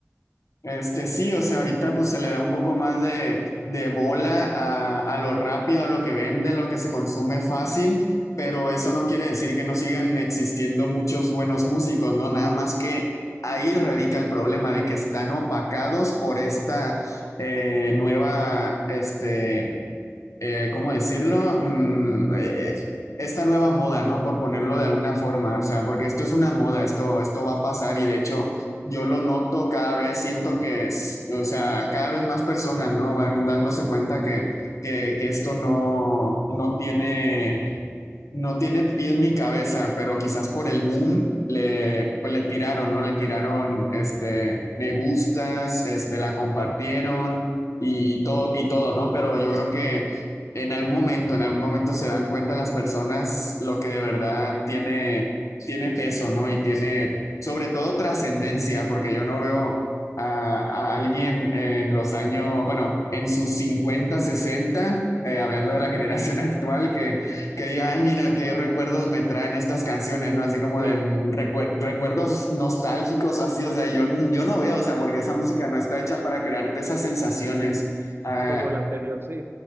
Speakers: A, on the left; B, on the right.
A: Este sí, o sea, ahorita pues se le da un poco más de, de bola a, a lo rápido, a lo que vende, lo que se consume fácil, pero eso no quiere decir que no sigan existiendo muchos buenos músicos, ¿no? Nada más que ahí radica el problema de que están opacados por esta eh, nueva, este, eh, ¿cómo decirlo? Mm, eh, esta nueva moda, ¿no? Por ponerlo de alguna forma, o sea, porque esto es una moda, esto, esto va a pasar y de hecho yo lo noto cada vez, siento que es, o sea, cada vez más personas, ¿no? Van dándose cuenta que, que, que esto no, no tiene, no tiene pies ni cabeza, pero quizás por el boom le, pues le tiraron, ¿no? Le tiraron, este, me gustas, este, la compartieron
B: Ajá.
A: y todo, y todo, ¿no? Pero yo creo que en algún momento, en algún momento se dan cuenta las personas lo que de verdad tiene, tiene peso, ¿no? Y tiene, sobre todo, trascendencia, porque yo no veo a, a alguien en los años, bueno, en sus 50 60 eh, hablando de la generación <laughs> actual, que, que diga, "Ay, mira, qué recuerdos me traen estas canciones, ¿no? Así como
B: Sí,
A: de mm, recuer- recuerdos nostálgicos, así, o sea, yo, yo no veo, o sea, porque esa música no está hecha para crearte esas sensaciones. Ah,
B: como la anterior. Sí,